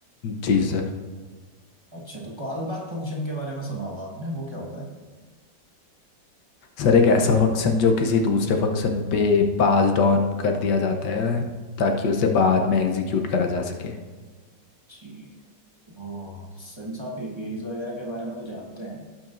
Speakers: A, on the left (about 75°); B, on the right (about 20°).
A: जी सर
B: अच्छा तो कॉल बैक फंक्शन के बारे में सुना होगा आपने वो क्या होता है
A: सर एक ऐसा फंक्शन जो किसी दूसरे फंक्शन पे पास्ड ऑन कर दिया जाता है ताकि उसे बाद में एग्जीक्यूट करा जा सके
B: जी ओ सिंस आप एपीआईज वगैरह के बारे में तो जानते हैं